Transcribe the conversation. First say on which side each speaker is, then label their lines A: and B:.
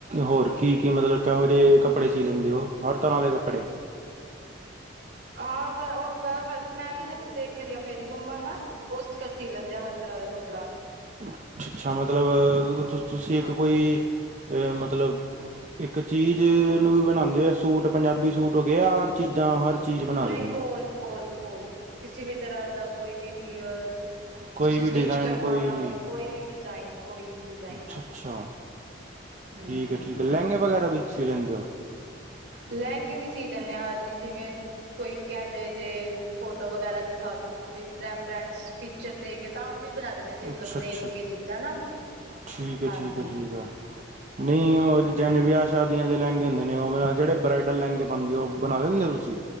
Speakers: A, on the right; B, on the right.
A: ਹੋਰ ਕੀ-ਕੀ ਮਤਲਬ ਕਿਹੋ ਜਿਹੇ ਕੱਪੜੇ ਸੀ ਲੈਂਦੇ ਹੋ ਹਰ ਤਰ੍ਹਾਂ ਦੇ ਕੱਪੜੇ।
B: ਹਾਂ ਉਹ ਮੈਂ ਤੇ ਹਜੇ ਸੇਖ ਰਹੀ ਆ ਮੇਰੀ ਮੰਮਾ ਨਾ ਉਸ ਸੀ ਲੈਂਦੇ ਆ ਹਰ ਤਰ੍ਹਾਂ ਦਾ ਕੱਪੜਾ।
A: ਅੱਛ-ਅੱਛਾ ਮਤਲਬ
B: ਹਾਂ।
A: ਤੁਸੀਂ ਇੱਕ ਕੋਈ ਅ ਮਤਲਬ ਇੱਕ ਚੀਜ਼ ਨੂੰ ਬਣਾਦੇ ਹੋ ਸੂਟ ਪੰਜਾਬੀ ਸੂਟ ਹੋ ਗਿਆ ਹਰ ਚੀਜ਼ਾਂ ਹਰ ਚੀਜ਼ ਬਣਾ
B: ਨਹੀਂ
A: ਦਿੰਦੇ ਹੋ।
B: ਓਲ -ਓਲ ਕਿਸੇ ਵੀ ਤਰ੍ਹਾਂ ਦਾ ਕੋਈ ਵੀਯਰ
A: ਕੋਈ
B: ਤੁਸੀਂ
A: ਵੀ
B: ਸਟਿੱਚ
A: ਡਿਜ਼ਾਇਨ
B: ਕਰਵਾਣਾ
A: ਕੋਈ ਵੀ
B: ਹੋਏ ਕੋਈ ਵੀ ਡਿਜ਼ਾਇਨ ਕੋਈ ਵੀ ਡਿਜ਼ਾਇਨ
A: ਅੱਛਾ ਅੱਛਾ
B: ਹੂੰ
A: ਠੀਕ ਹੈ ਲੈਂਗੇ ਵਗੈਰਾ ਵੀ ਸੀ ਲੈਂਦੇ ਹੋ?
B: ਲੈਂਗੇ ਵੀ ਸੀ ਦਿੰਦੇ ਹਾਂਜੀ ਜਿਵੇਂ ਕੋਈ ਕਹਿ ਦੇ ਜੇ ਫੋਟੋ ਵਗੈਰਾ ਦਿਖਾ ਦੋ ਕੋਈ ਰੈਫਰੈਂਸ ਪਿਕਚਰ ਦੇ ਕੇ ਤਾਂ ਵੀ ਬਣਾ ਦ ਨੇ ਅਸੀਂ
A: ਅੱਛਾ
B: ਮਤਲਬ ਦੇਖ
A: ਅੱਛਾ
B: ਕੇ ਜਿੱਦਾਂ ਨਾ
A: ਠੀਕ ਹੈ
B: ਹਾਂਜੀ।
A: ਠੀਕ ਹੈ ਠੀਕ ਹੈ ਨਹੀਂ ਓ ਜਨ ਵਿਆ ਸ਼ਾਦੀਆਂ ਦੇ ਲੈਂਗੇ ਹੁੰਦੇ ਨੇ ਓ ਜੇੜੇ ਬਰਾਈਡਲ ਲੈਂਗੇ ਪਾਂਦੀ ਓ ਬਣਾ ਦਿੰਦੇ ਓ ਤੁਸੀਂ?